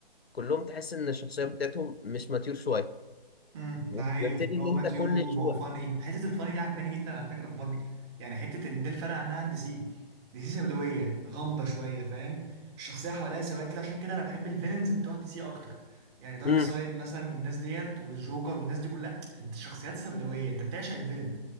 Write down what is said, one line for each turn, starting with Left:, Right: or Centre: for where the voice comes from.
Left: كلهم تحس ان الشخصيه بتاعتهم مش ماتيور شويه
Right: امم
Left: وبتبتدي
Right: ده حقيقة بقوا
Left: ان
Right: ماتيور
Left: انت كل
Right: بقوا
Left: شويه
Right: فاني حتة الفاني دي عجباني جدا على فكرة في مارفل يعني حتة ان ده الفرق عنها عن دي سي دي سي سوداوية غامضة شوية فاهم الشخصية حواليها سواد كده عشان كده انا بحب الفيلنز بتوع دي سي اكتر يعني دارك
Left: امم
Right: سايد مثلا والناس ديت والجوكر والناس دي كلها شخصيات سوداوية انت بتعشق الفيلن